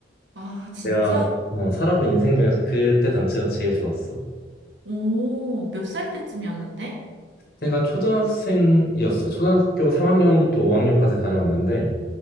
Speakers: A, on the right; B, on the left.
A: 아, 진짜?
B: 내가 어, 살아본 인생 중에서 그때 당시가 제일 좋았어.
A: 오, 몇 살 때쯤이었는데?
B: 내가 초등학생이었어. 초등학교 3학년부터 5학년까지 다녀왔는데,